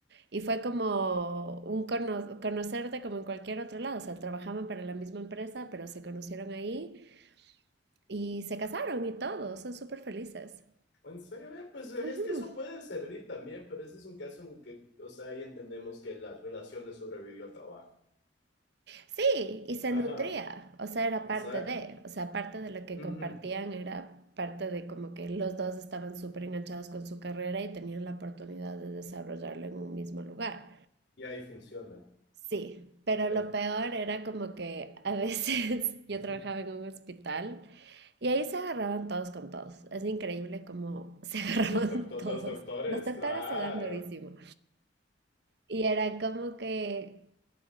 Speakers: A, on the right (about 60°); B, on the left (about 65°).
A: y fue como un cono- conocerte como en cualquier otro lado, o sea, trabajaban para la misma empresa, pero se conocieron ahí. Y se casaron y todo, son súper felices.
B: En serio, eh, pues eh,
A: Ujú.
B: es que eso puede servir también, pero ese es un caso en el que, o sea, ahí entendemos que la relación le sobrevivió al trabajo.
A: Sí, y se
B: Ajá,
A: nutría, o sea, era
B: exacto.
A: parte de, o sea, parte de lo que
B: Ujú,
A: compartían era parte de como que los dos estaban súper enganchados con su carrera y tenían la oportunidad de desarrollarlo en un mismo lugar.
B: Y ahí funciona.
A: Sí, pero
B: El-
A: lo peor era como que a veces <laughs> yo
B: <laughs>
A: trabajaba en un hospital y ahí se agarraban todos con todos. Es increíble cómo se <laughs> agarraban
B: los docto-
A: todos.
B: los doctores,
A: Las doctoras
B: claro,
A: se dan durísimo. Y era como que